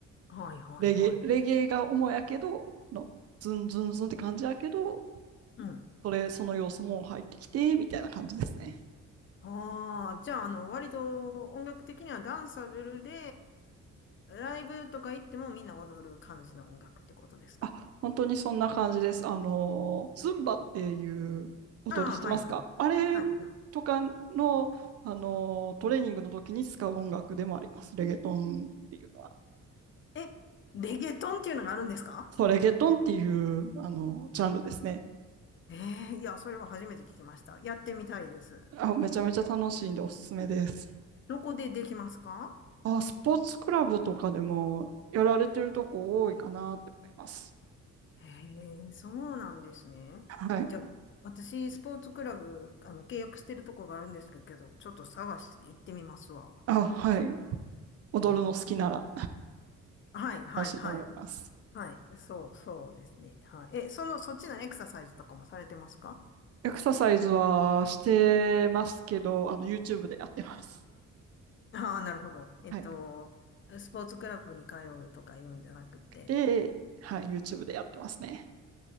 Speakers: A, on the left; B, on the right.
A: はいはいはい。
B: レゲエ、レゲエが主やけど、の、ズンズンズンって感じやけど、
A: うん。
B: それ、その要素も入ってきて、みたいな感じですね。
A: ああ、じゃあ、あの、割と音楽的にはダンサブルで、ライブとか行ってもみんな踊る感じの音楽ってことですか
B: あ、本当にそんな感じです。あの、ズンバっていう踊りしてますかあれ
A: ああ、はいはい。はいはい。
B: とかの、あの、トレーニングの時に使う音楽でもあります。レゲトンっていうのは。
A: え、レゲトンっていうのがあるんですか
B: そう、レゲトンっていう、あの、ジャンルですね。
A: ええいや、それは初めて聞きました。やってみたいです。
B: あ、めちゃめちゃ楽しいんでおすすめです。
A: どこでできますか
B: あ、スポーツクラブとかでもやられてるとこ多いかなって思います。
A: へえ、そうなんですね。
B: はい。
A: じゃあ、私、スポーツクラブ、あの、契約してるとこがあるんですけど、ちょっと探して行ってみますわ。
B: あ、はい。踊るの好きなら
A: へえはい、はい、
B: 楽しいと思います。
A: はい。はい。そう、そうですね。はい。え、その、そっちのエクササイズとかもされてますか
B: エクササイズはしてますけど、あの、YouTube でやってます。
A: ああ、なるほど。えっと、
B: はい。
A: スポーツクラブに通うとか言うんじゃなくて、
B: で、はい、YouTube でやってますね。